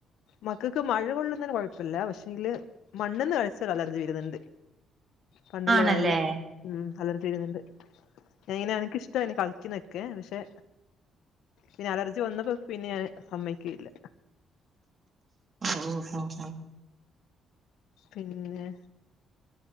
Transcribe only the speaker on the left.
മക്കക്ക് മഴ കൊള്ളുന്നന് കുഴപ്പല്ല പക്ഷെങ്കില് മണ്ണന്ന് കളിച്ചാൽ അലർജി വരുന്നുണ്ട് പണ്ടുള്ള
പോലെല്ല ഉം അലർജി ഇരുന്നുണ്ട് ഇങ്ങനെ അനിക്കിഷ്ടാ കളക്കിന്നൊക്കെ പക്ഷെ പിന്നെലർജി വന്നപ്പോ പിന്നെ ഞാൻ സമ്മയ്ക്കയില്ല
പിന്നെ